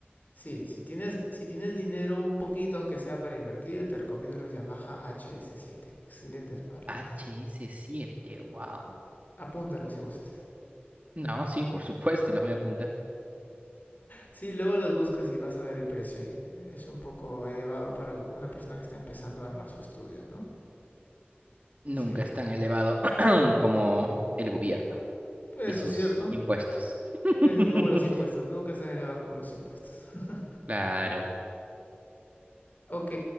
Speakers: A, on the left; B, on the right.
A: Sí, si tienes, si tienes dinero un poquito, aunque sea para invertir, te recomiendo los Yamaha HS7. Excelentes parlantes.
B: H S siete wow.
A: Apúntalos si gustas.
B: No, sí, por supuesto, los voy a apuntar.
A: Sí, luego los buscas y vas a ver el precio y es un poco elevado para una persona que está empezando a armar su estudio, ¿no?
B: Nunca
A: Sí,
B: es tan elevado <clears throat> como el gobierno
A: eso
B: y sus
A: es cierto.
B: impuestos. <laughs>
A: Es como los impuestos, nunca es tan elevado como los impuestos. <laughs>
B: Claro.
A: ok,